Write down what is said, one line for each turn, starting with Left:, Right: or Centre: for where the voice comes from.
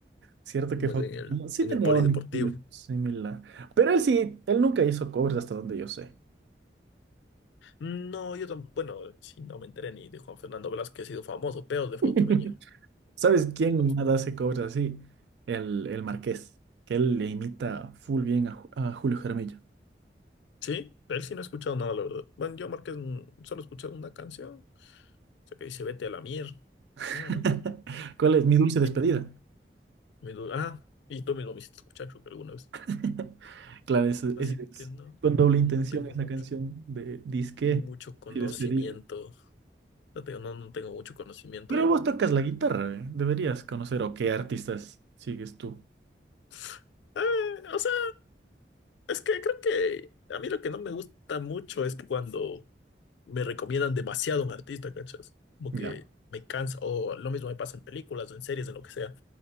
Right: Cierto
Left: ¿cómo
Right: que Fausto
Left: es? En el,
Right: Niño Sí
Left: en
Right: tenía
Left: el polideportivo.
Right: un estilo similar. Pero él sí, él nunca hizo covers hasta donde yo sé.
Left: No, yo tampoco, bueno, sí, no me enteré ni de Juan Fernando Velázquez, ha sido famoso, pero de Fausto
Right: <laughs>
Left: Miño.
Right: ¿Sabes quién
Left: No,
Right: nada hace covers así? El, el Marqués, que él le imita full bien a, Ju- a Julio Jaramillo.
Left: Sí, de él sí no he escuchado nada, la verdad. Bueno, yo Márquez mm, solo he escuchado una canción sea, que dice, vete a la mierda. Nada
Right: <laughs>
Left: más. mira.
Right: ¿Cuál es mi dulce despedida?
Left: Y mi du- ah, y tú mismo me hiciste escuchar, creo que alguna vez.
Right: <laughs> Claro, ese,
Left: Así
Right: ese es
Left: que no,
Right: con doble intención
Left: no tengo
Right: es la
Left: mucho,
Right: canción de disque
Left: mucho conocimiento.
Right: y despedirme.
Left: No tengo, no, no tengo mucho conocimiento
Right: Pero
Left: en.
Right: vos tocas la guitarra, ¿eh? Deberías conocer o qué artistas sigues tú.
Left: <sighs> Eh, o sea, es que creo que a mí lo que no me gusta mucho es cuando me recomiendan demasiado a un artista, ¿cachas? Como
Right: Ya.
Left: que me cansa, o lo mismo me pasa en películas o en series, en lo que sea.